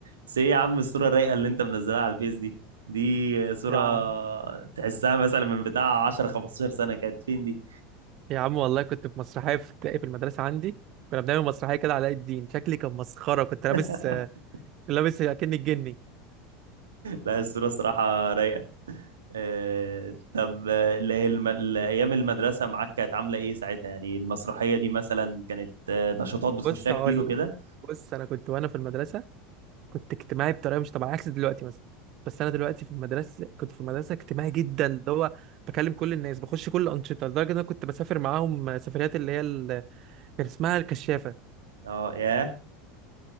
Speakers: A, on the right; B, on the right.
A: بس ايه يا عم الصورة الرايقة اللي انت منزلها على الفيس دي دي صورة
B: يا عم
A: تحسها مثلا من بتاع 10 15 سنة كانت فين دي
B: يا عم والله كنت في مسرحية في ابتدائي في المدرسة عندي كنا بنعمل مسرحية كده علاء الدين شكلي كان مسخرة كنت لابس
A: <laughs>
B: آه، لابس أكني الجني
A: لا الصورة صراحة رايقة آه، طب آه، اللي هي الم... الأيام المدرسة معاك كانت عاملة إيه ساعتها؟ يعني المسرحية دي مثلا كانت آه، نشاطات بتخشها
B: بص هقول
A: كتير وكده؟
B: بص أنا كنت وأنا في المدرسة كنت اجتماعي بطريقة مش طبيعية عكس دلوقتي مثلا بس أنا دلوقتي في المدرسة كنت في المدرسة اجتماعي جدا اللي هو بكلم كل الناس بخش كل الأنشطة لدرجة إن أنا كنت بسافر معاهم آه، سفريات اللي هي ال- كان اسمها الكشافة
A: أه ياه